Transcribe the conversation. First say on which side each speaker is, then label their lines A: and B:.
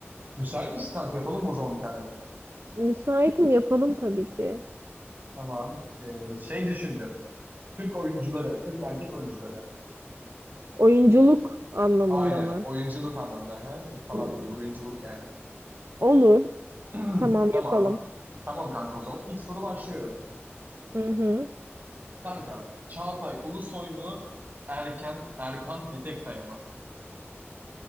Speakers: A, on the right; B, on the right.
A: Müsait misin kanka yapalım mı o zaman bir tane?
B: Müsaitim yapalım tabii ki.
A: Tamam. Ee, şey düşündüm. Türk oyuncuları, Türk erkek oyuncuları.
B: Oyunculuk anlamında
A: Aynen
B: mı?
A: oyunculuk anlamında. He? Türk falan
B: Hmm,
A: değil oyunculuk yani.
B: Olur.
A: <clears throat>
B: Tamam
A: Tamam.
B: yapalım.
A: Tamam kanka o zaman İlk soru başlıyorum.
B: Hı hı.
A: Kanka, Çağatay Ulusoy mu? Erken Erkan Petekkaya mı?